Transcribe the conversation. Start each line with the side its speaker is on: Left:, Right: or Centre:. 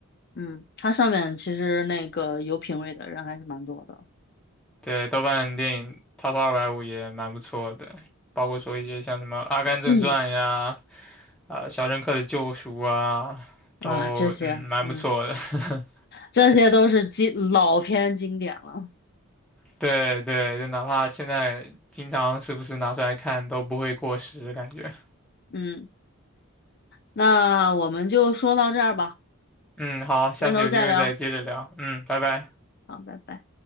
Left: 嗯，它上面其实那个有品位的人还是蛮多的。
Centre: 对，豆瓣电影 Top 二百五也蛮不错的，包括说一些像什么《阿甘正传》呀，
Left: <clears throat> 嗯
Centre: 啊、肖申克的救赎》啊，
Left: 啊，
Centre: 都嗯蛮不错的。
Left: 这些，嗯，
Centre: <laughs>
Left: 这些都是经老片经典了。
Centre: 对对，就哪怕现在经常时不时拿出来看，都不会过时，感觉。
Left: 嗯，那我们就说到这儿吧，
Centre: 嗯，好，下次有机会再接着聊。
Left: 回头再聊。
Centre: 嗯，拜拜。
Left: 好，拜拜。